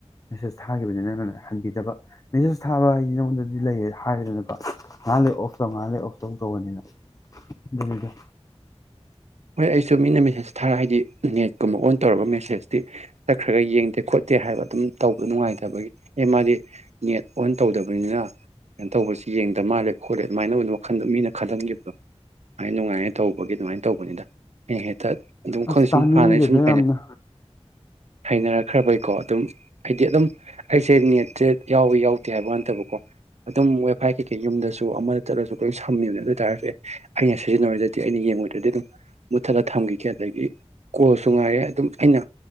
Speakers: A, on the left; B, on the right.
A: ꯃꯦꯁꯦꯁ ꯊꯥꯈꯤꯕꯅꯤ ꯅꯪꯅ ꯍꯟꯕꯤꯗꯕ ꯃꯦꯁꯦꯖ ꯊꯥꯕ ꯍꯥꯏꯗꯤ ꯅꯉꯣꯟꯗꯗꯤ ꯂꯩ ꯍꯥꯏꯔꯦꯗꯅꯀꯣ ꯉꯥꯏꯍꯥꯛ ꯂꯩ ꯑꯣꯐ ꯇꯧ ꯉꯥꯏꯍꯥꯛ ꯂꯩ ꯑꯣꯐ ꯇꯧ ꯇꯧꯕꯅꯤꯅ ꯑꯗꯨꯅꯤꯗ
B: ꯍꯣꯏ ꯑꯩꯁꯨ ꯃꯤꯅ ꯃꯦꯁꯦꯖ ꯊꯥꯔ ꯍꯥꯏꯗꯤ ꯅꯦꯠꯀꯨꯝꯕ ꯑꯣꯟ ꯇꯧꯔꯒ ꯃꯦꯁꯦꯁꯇꯤ ꯆꯠꯈ꯭ꯔꯒ ꯌꯦꯡꯗꯦ ꯈꯣꯠꯇꯦ ꯍꯥꯏꯕ ꯑꯗꯨꯝ ꯇꯧꯕ ꯅꯨꯡꯉꯥꯏꯇꯕꯒꯤ ꯑꯦ ꯃꯥꯗꯤ ꯅꯦꯠ ꯑꯣꯟ ꯇꯧꯗꯕꯅꯤꯅ ꯀꯩꯅꯣ ꯇꯧꯕꯁꯤ ꯌꯦꯡꯗ ꯃꯥꯜꯂꯦ ꯈꯣꯠꯂꯦ ꯑꯗꯨꯃꯥꯏꯅ ꯇꯧꯕꯗ ꯋꯥꯈꯟꯗꯣ ꯃꯤꯅ ꯈꯜꯍꯟꯈꯤꯕꯗꯣ ꯑꯗꯨꯃꯥꯏꯅ ꯅꯨꯡꯉꯥꯏꯅ ꯇꯧꯕꯒꯤ ꯑꯗꯨꯃꯥꯏꯅ ꯇꯧꯕꯅꯤꯗ ꯑꯩꯅ ꯍꯦꯛꯇ ꯑꯗꯨꯝ
A: ꯑꯁ
B: ꯈ‌ꯣꯏ ꯁꯨꯝ
A: ꯇꯥꯅꯤꯡꯗꯦꯗ
B: ꯍꯥꯟꯅ ꯑꯩ ꯁꯨꯝ
A: ꯌꯥꯝꯅ
B: ꯍꯩꯅꯔꯛꯈ꯭ꯔꯕꯩꯀꯣ ꯑꯗꯨꯝ ꯍꯥꯏꯗꯤ ꯑꯗꯨꯝ ꯑꯩꯁꯦ ꯅꯦꯠꯁꯦ ꯌꯥꯎꯋꯤ ꯌꯥꯎꯗꯦ ꯍꯥꯏꯕ ꯋꯥ ꯅꯠꯇꯕꯀꯣ ꯑꯗꯨꯝ ꯋꯥꯏꯐꯥꯏ ꯀꯩꯀꯩ ꯌꯨꯝꯗꯁꯨ ꯑꯃꯗ ꯆꯠꯂꯁꯨ ꯂꯣꯏ ꯁꯝꯃꯤꯕꯅꯦ ꯑꯗꯨ ꯑꯣꯏ ꯇꯥꯔꯁꯨ ꯑꯦ ꯑꯩꯅ ꯁꯤꯖꯤꯟꯅꯔ‌ꯣꯏꯗ꯭ꯔꯗꯤ ꯑꯩꯅ ꯌꯦꯡꯉꯣꯏꯗ꯭ꯔꯗꯤ ꯑꯗꯨꯝ ꯃꯨꯊꯠꯂ ꯊꯝꯈꯤꯒ‌ꯦ ꯑꯗꯨꯒ ꯀꯣꯜꯁꯨ ꯉꯥꯏꯔꯦ ꯑꯗꯨꯝ ꯑꯩꯅ